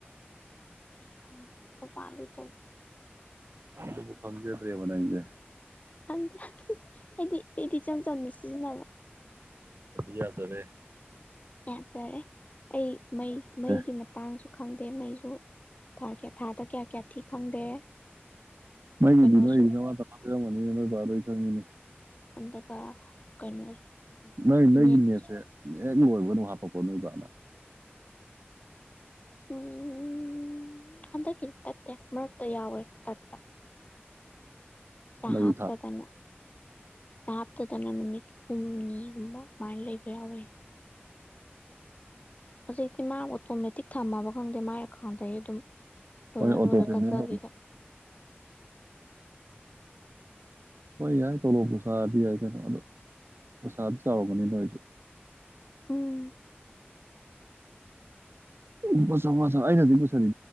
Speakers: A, on the left; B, on the right.
A: ꯑꯩ ꯈꯪꯗꯦ ꯈꯣꯏ ꯄꯥꯅ ꯂꯣꯏ ꯇꯧ
B: ꯑꯗꯨꯒꯤ ꯈꯪꯖꯗ꯭ꯔꯦꯕ ꯅꯪꯁꯦ
A: ꯈꯪꯗꯦ ꯑꯩꯗꯤ ꯑꯩꯗꯤ ꯏꯆꯝ ꯆꯝꯅ ꯁꯤꯖꯤꯟꯅꯕ
B: <unintelligible> ꯌꯥꯖꯔꯦ
A: ꯌꯥꯖꯔꯦ ꯑꯩ ꯃꯩ ꯃꯩꯒꯤ
B: ꯑꯦ
A: ꯃꯇꯥꯡꯁꯨ ꯈꯪꯗꯦ ꯃꯩꯁꯨ ꯑꯗꯨ ꯊꯥ ꯀꯌꯥ ꯊꯥꯗ ꯀꯌꯥ ꯀꯌꯥ ꯊꯤ ꯈꯪꯗꯦ
B: ꯃꯩꯒꯤꯗꯤ
A: ꯀꯩꯅꯣꯁꯨ
B: ꯅꯣꯏꯗꯤ ꯙꯃꯥ ꯙꯃꯥ ꯊꯤꯔꯝꯒꯅꯤꯗ ꯅꯣꯏ ꯕꯥꯗꯩ ꯈꯪꯉꯤꯅꯦ
A: <unintelligible> ꯀꯥꯅꯣꯁꯨ
B: ꯅꯣꯏ
A: ꯆꯤꯅꯦꯠ
B: ꯅꯣꯏꯒꯤ ꯅꯦꯠꯁꯦ
A: ꯀꯤꯁꯨ
B: ꯍꯦꯛ ꯂꯣꯏꯕ ꯑꯗꯨꯝ ꯍꯥꯞꯄꯛꯄ꯭ꯔꯣ ꯅꯣꯏ ꯕꯥꯅ
A: ꯎꯝ ꯍꯟꯗꯛ ꯇꯠꯇꯦ ꯃꯔꯛꯇ ꯌꯥꯎꯋꯦ ꯇꯠꯄ ꯄꯩꯁꯥ
B: ꯍꯟꯗꯛꯀꯤ
A: ꯍꯥꯞꯇꯗꯅ
B: ꯊꯥ
A: ꯄꯩꯁꯥ ꯍꯥꯞꯇꯗꯅ ꯅꯨꯃꯤꯠ ꯍꯨꯝꯅꯤ ꯑꯗꯨꯝꯕ ꯃꯥꯥꯟ ꯂꯩꯕ ꯌꯥꯎ ꯋꯦ ꯍꯧꯖꯤꯛꯇꯤ ꯃꯥ ꯑꯣꯇꯣꯃꯦꯇꯤꯛ ꯊꯝꯃꯕ ꯈꯪꯗꯦ ꯃꯥ ꯈꯥꯗꯌꯦ ꯑꯗꯨꯝ ꯂꯣꯏꯔ
B: ꯍꯣꯏ ꯑꯣꯇꯣ
A: ꯂꯣꯏꯔ
B: ꯄꯦꯃ
A: ꯀꯛꯆꯕꯤꯒ
B: ꯇ ꯍꯣꯏ ꯌꯥꯏ ꯇꯣꯂꯣꯑꯣ ꯕꯁꯥꯔꯗꯤ ꯌꯥꯏ ꯀꯩꯅꯣ ꯑꯗꯣ ꯕꯁꯥꯔꯗꯤ ꯆꯥꯎꯔꯔꯕꯅꯤꯅ ꯑꯩꯁꯨ
A: ꯎꯝ
B: ꯎ ꯄꯁ ꯄ ꯑꯩꯅꯗꯤ ꯄꯁꯥ